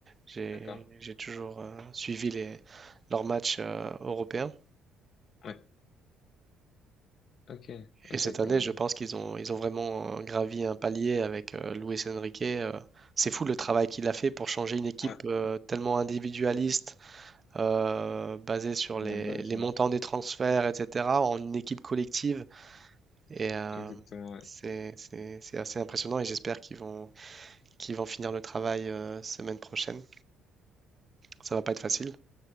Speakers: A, on the right (about 35°); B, on the left (about 55°).
A: j'ai,
B: d'accord.
A: j'ai toujours euh, suivi les, leurs matchs euh, européens.
B: Ouais, ok, ok,
A: Et cette
B: ok.
A: année,
B: Ouais,
A: je pense qu'ils ont, ils ont vraiment euh, gravi un palier avec euh, Luis Enrique. euh. c'est fou le travail qu'il a fait pour changer une équipe
B: Ouais,
A: euh, tellement individualiste euh, basé sur
B: à
A: les,
B: la base,
A: les
B: ouais.
A: montants des transferts, etc., en une équipe collective. Et euh,
B: Exactement, ouais.
A: c'est, c'est- c'est assez impressionnant et j'espère qu'ils vont, qu'ils vont finir le travail euh, semaine prochaine. Ça va pas être facile.